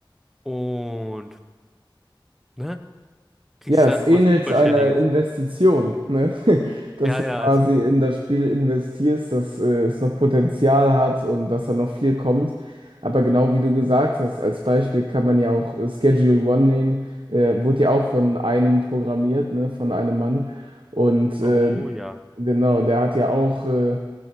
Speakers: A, in the centre; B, on the right.
A: und, ne? Kriegst
B: Ja, es
A: dann
B: ähnelt
A: was Unvollständiges.
B: einer Investition, ne? <laughs> Dass
A: Ja,
B: du
A: ja,
B: quasi
A: als
B: in das Spiel investierst, dass äh, es noch Potenzial hat und dass da noch viel kommt. Aber genau wie du gesagt hast, als Beispiel kann man ja auch äh, Schedule One nehmen, äh, wurde ja auch von einem programmiert, ne? Von einem Mann. Und äh,
A: Oh ja.
B: genau, der hat ja auch, äh,